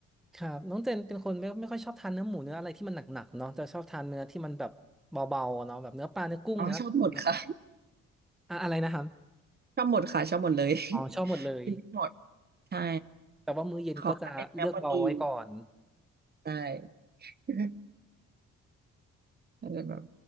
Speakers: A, in the centre; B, on the right.
A: ครับน้องเจนเป็นคนไม่ไม่ค่อยชอบทานเนื้อหมูเนื้ออะไรที่มันหนักๆเนาะจะชอบทานเนื้อที่มันแบบเบาๆเนาะแบบเนื้อปลาเนื้อกุ้งเนื้ออะไรอย่างเงี้ย
B: อ๋อชอบหมดค่ะ
A: อะอะไรนะครับ
B: <laughs> ชอบหมดค่ะชอบหมดเลย
A: อ๋อชอบหมดเลย
B: กินไม่หมดใช่
A: แต่ว่ามื้อเย็นก็จะเลือกเบาไว้ก่อน
B: ขอแค่เป็นเนื้อโปรตีนได้ <laughs> อาจจะแบบ